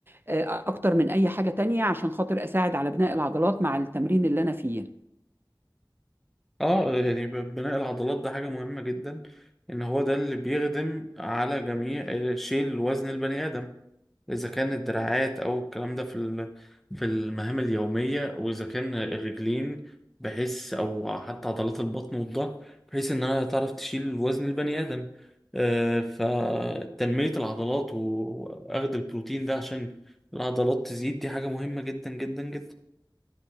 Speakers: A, on the right; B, in the centre.
A: آه، اكتر من اي حاجة تانية عشان خاطر اساعد على بناء العضلات مع التمرين اللي انا فيه
B: اه يعني ب- بناء العضلات ده حاجة مهمة جدا ان هو ده اللي بيخدم على جميع آه، شيل وزن البني آدم إذا كان الدراعات أو الكلام ده في ال- في المهام اليومية وإذا كان الرجلين بحيث أو حتى عضلات البطن والظهر بحيث إن أنا تعرف تشيل وزن البني آدم آه، فتنمية العضلات و- وأخد البروتين ده عشان العضلات تزيد دي حاجة مهمة جدا جدا جدا